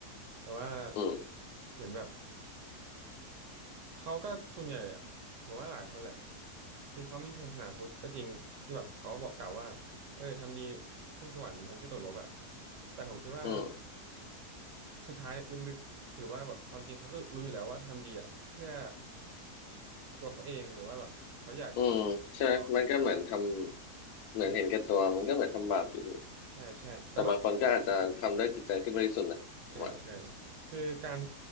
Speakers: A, on the right; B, on the left.
A: แต่ว่า
B: อืม
A: เหมือนแบบเขาก็ส่วนใหญ่อะผมว่าหลายคนแหละคือเขามีศาสนาพุทธก็จริงที่แบบเขาบอกกล่าวว่าเออทำดีขึ้นสวรรค์ทำชั่วตกนรกอ่ะแต่ผมคิดว่า
B: อืม
A: สุดท้ายลึกๆหรือว่าแบบความจริงเขาก็รู้อยู่แล้วว่าทำดีอ่ะเพื่อตัวเขาเองหรือว่าแบบเขาอยากเห็น
B: อืมใช่ไหมมันก็เหมือนท
A: เราว่า
B: ำเหมือนเห็นแก่ตัว
A: อืม
B: มันก็เหมือนทำบาปอยู่ดี
A: ใช่ใช่แต่ว่า
B: แต่บางคนก็อาจจะทำด้วยจิตใจที่บริสุทธิ์นะผมว่า
A: อ่าใช่คือการ